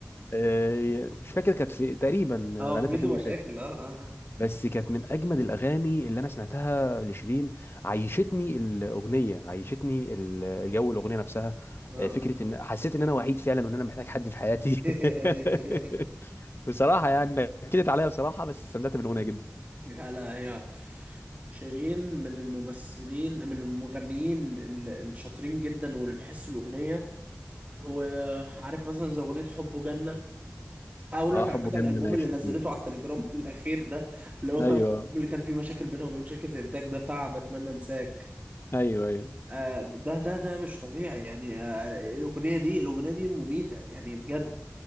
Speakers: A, on the left (about 55°); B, on the right (about 30°).
A: آه، مش فاكر كانت في تقريبا غنيتها
B: اه في ميدو
A: فين مش
B: مشاكل اه آه، آه.
A: بس كانت من اجمد الاغاني اللي انا سمعتها لشيرين عيشتني الاغنيه عيشتني ال- جو الاغنيه نفسها
B: اه
A: آه، فكره ان حسيت ان انا وحيد فعلا وان انا محتاج حد في حياتي
B: <laughs>
A: <laughs> بصراحه يعني نكدت عليا بصراحه بس استمتعت بالاغنيه جدا
B: لا لا هي شيرين من الممثلين من المغنيين ال- الشاطرين جدا واللي بيحسوا الأغنية وعارف مثلا زي أغنية حبه جنة أقول
A: اه
B: لك
A: حب
B: على حاجة
A: جنة
B: الألبوم
A: انا عشت
B: اللي نزلته
A: فيها
B: على التليجرام <laughs> الأخير ده اللي هو
A: ايوه
B: الألبوم اللي كان فيه مشاكل بينها وبين شركة الإنتاج ده بتاع بتمنى أنساك
A: ايوه ايوه
B: آه، ده ده ده مش طبيعي يعني آه، الأغنية دي الأغنية دي مميتة يعني بجد